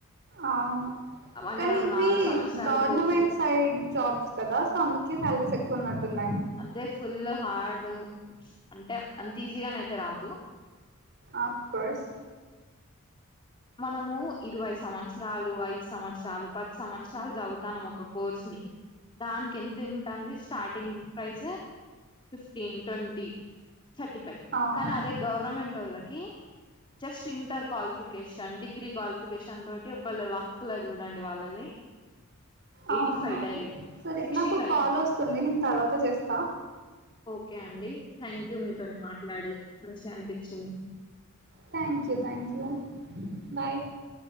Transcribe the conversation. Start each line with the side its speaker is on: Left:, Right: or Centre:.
Right: అవును
Left: అంటే
Right: కాని
Left: మనం
Right: ఇవి
Left: నాలుగు సంవత్సరాలు
Right: గవర్నమెంట్
Left: కోర్సు చేసి
Right: సైడ్ జాబ్స్ కదా సో అందుకే సాలరీస్ ఎక్కువ ఉన్నట్టున్నాయ్
Left: అంతే ఫుల్ హార్డు అంటే అంత ఈజీగానైతే రాదు
Right: ఆఫ్ కోర్స్
Left: మనము ఇరవై సంవత్సరాలు ఐదు సంవత్సరాలు పది సంవత్సరాలు చదువుతానం ఒక కోర్స్ని దాన్ ఎంత ఉంటాంది starting price fifteen twenty thirty five
Right: అవును
Left: కానీ అదే గవర్నమెంటోళ్ళకి just inter qualification degree qualification తోటి ఒకళ లక్లా జూడండి వాళ్ళది
Right: అవునవును
Left: ఎయిటీ ఫైవ్ డైరెక్ట్
Right: సరే
Left: సిక్స్టీ
Right: నాకో
Left: ఫైవ్
Right: కాలోస్తుంది నేను తర్వాత చేస్తా
Left: ఓకే అండి థ్యాంక్యూ మీతోనే మాట్లాడి మంచిగనిపించింది
Right: థ్యాంక్యూ థ్యాంక్యూ బాయ్